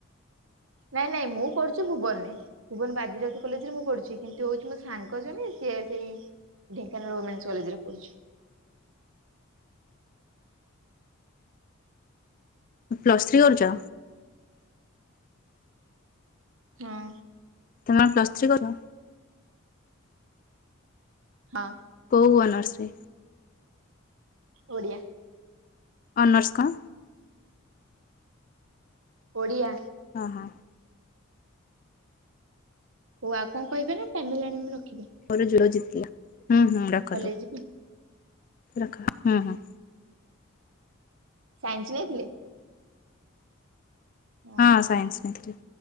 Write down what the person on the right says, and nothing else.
ନାଇଁ ନାଇଁ ମୁଁ ପଡ଼ୁଚି ଭୁବନ ରେ। ଭୁବନ ବାଜିରାଉତୁ କଲେଜ ରେ ମୁଁ ପଡ଼ୁଚି କିନ୍ତୁ ହଉଛି ମୋ ସାଙ୍ଗ ଜଣେ ସିଏ ସେଇ ଢେଙ୍କାନାଳ ଓ ମେନ୍ସେ୍ କଲେଜରେ ପଢୁଛି।
ହଁ।
ହଁ।
ଓଡ଼ିଆ।
ଓଡ଼ିଆ।
ହଉ ଆଉ କଣ କହିବେ ନା ଫ୍ୟାମିଲି ଆଣି ମୁଁ ରଖିବେ।
କଲେଜ ଯିବି
ସାଇନ୍ସ୍ ନେଇଥିଲେ? ଓହୋ।